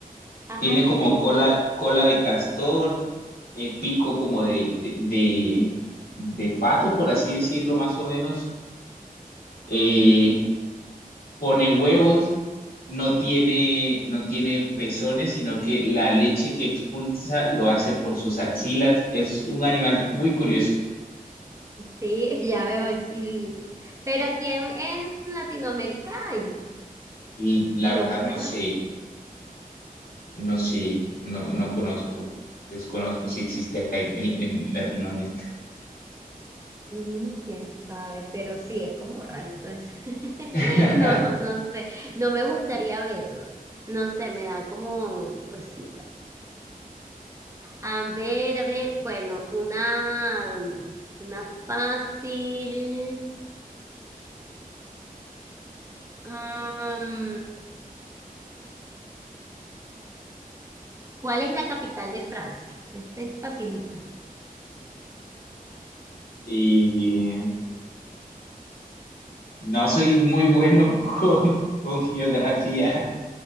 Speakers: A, on the right; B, on the left.
A: ajá,
B: tiene como
A: ¿tiene qué?
B: cola, cola de castor, eh, pico como de, de, de, de pato, por así decirlo, más o menos. Eh,
A: Ujú,
B: pone huevos no tiene, no tiene pezones, sino que la leche que expulsa lo hace por sus axilas. Es un animal muy curioso.
A: Sí, <laughs> ya veo. y- pero ¿quién en Latinoamérica hay?
B: Y la
A: No,
B: verdad no
A: ¿verdad?
B: sé, no sé, no, no conozco, desconozco si existe acá en, en Latinoamérica.
A: Mm, quién sabe, pero sí, es como rarito eso. <laughs>
B: <laughs>
A: No, no sé, no me gustaría verlo. No sé, me da como cosita. A ver, a ver, bueno, una, una fácil. Am, ¿cuál es la capital de Francia? Esta es facilita.
B: Y no soy muy bueno <laughs> con, con geografía,